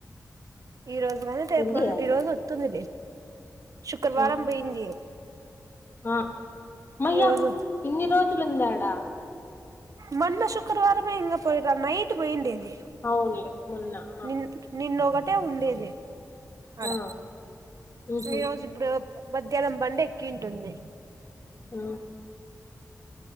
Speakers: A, on the right (about 65°); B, on the left (about 35°).
A: ఈ రోజు గానీ రేపు
B: ఏంది
A: గాన్ ఈ రోజు వొత్తుందిలే శుక్రవారం
B: ఆ
A: పోయింది
B: ఆ మయ్యా
A: ఈ రోజు
B: ఇన్ని రోజులుందాడా
A: మన్న శుక్రవారమే ఇంగా పోయిరా నైట్ ఇట్ పోయిండేది
B: అవునులే మొన్న ఆ
A: ని నిన్న ఒకట్ అంటే ఉండేది అడ
B: ఆ మ్మ్ హు
A: ఈ రోజు ఇప్పుడు మధ్యాహ్నం బండి ఎక్కింటుంది
B: ఆ